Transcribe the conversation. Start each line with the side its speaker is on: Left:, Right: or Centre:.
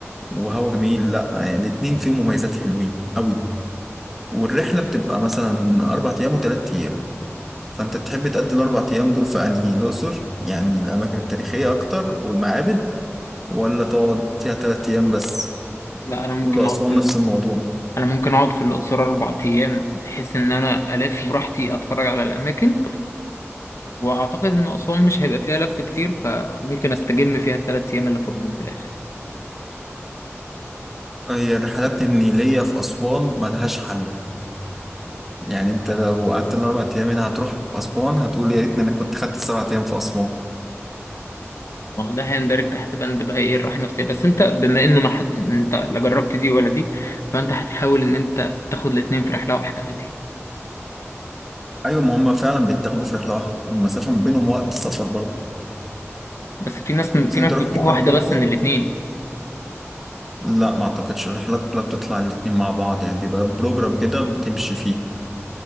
Centre: وهوا جميل لا يعني الاتنين فيهم مميزات حلوين أوي والرحلة بتبقى مثلا أربع أيام وتلات أيام فأنت تحب تقضي الأربع أيام دول في أنهي الأقصر يعني الأماكن التاريخية أكتر والمعابد ولا تقعد فيها تلات أيام بس
Left: لا انا ممكن
Centre: والأسوان
Left: اقعد في-
Centre: نفس الموضوع
Left: انا ممكن اقعد في الأقصر اربع ايام بحيث ان انا الف براحتي اتفرج على الاماكن واعتقد ان اسوان مش هيبقى فيها لف كتير فممكن استجم فيها الثلاث ايام اللي فاضلين في الاخر
Centre: هي الرحلات النيلية في أسوان ملهاش حل يعني أنت لو قعدت الأربع أيام هنا هتروح أسوان هتقول يا ريتني أنا كنت خدت السبع أيام في أسوان
Left: ما هو ده هيندرج تحت بند بقى ايه الراحه النفسيه بس انت بما انه ما حد انت لا جربت دي ولا دي فانت هتحاول ان انت تاخد الاثنين في رحله واحده عادي
Centre: أيوة ما هما فعلا بيتاخدوا في رحلة واحدة والمسافة ما بينهم وقت سفر برضه
Left: بس في ناس في
Centre: بس أنت
Left: ناس
Centre: رحت
Left: بتروح
Centre: لحد
Left: واحده
Centre: الأقصر
Left: بس من الاثنين
Centre: لا ما اعتقدش الرحلات كلها بتطلع الاتنين مع بعض يعني بيبقى بروجرام كده بتمشي فيه